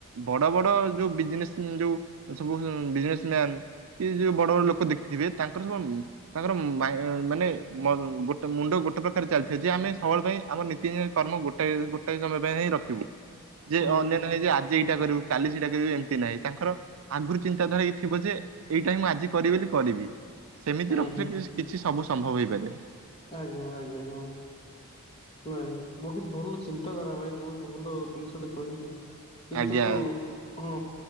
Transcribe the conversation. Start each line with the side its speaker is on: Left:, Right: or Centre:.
Right: ବଡ ବଡ ଯୋଉ ବିଜନେସ ଯୋଉ ସବୁ ବିଜନେସ ମ୍ୟାନ କି ଯୋଉ ବଡ ବଡ
Left: ହୁଁ।
Right: ଲୋକ ଦେଖ୍ ଦିବେ ତାଙ୍କର ସବୁ ତାଙ୍କର ମାଇଁ ମାନେ ମ ଗୋଟେ ମୁଣ୍ଡ ଗୋଟେ ପ୍ରକାର ଚାଲିଥିବ ଯେ ଆମେ ସବେଳ ପାଇଁ ଆମର କି କର୍ମ ଗୋଟା ଗୋଟାଏ ସମୟ ପାଇଁ ହିଁ ରଖିବୁ ଯେ
Left: ହୁଁ।
Right: ଅନ୍ୟାନ୍ୟ ହେଇ ଆ ଜି ଏଇଟା କରିବୁ କାଲି ସେଇଟା କରିବୁ ଏମିତି ନାହିଁ ତାଙ୍କର ଆଗରୁ ଚିନ୍ତାଧାରା ହେଇଥିବ ଯେ ଏଇଟା ହିଁ ମୁଁ ଆଜି କରିବେ ବୋଲି କରିବି ସେମିତି
Left: ହୁଁ
Right: ରଖିଲେ
Left: ହୁଁ
Right: କି କିଛି ସବୁ ସମ୍ଭବ ହେଇପାରିବ।
Left: ଆଜ୍ଞା ଆଜ୍ଞା ହଁ। ନାଇଁ ବହୁତ ଭଲ ଚିନ୍ତାଧାରା ଭାଇ ବହୁତ ଭଲ ଜିନିଷ ଟେ କହିଲେ। କିନ୍ତୁ
Right: ଆଜ୍ଞା।
Left: ହୁଁ।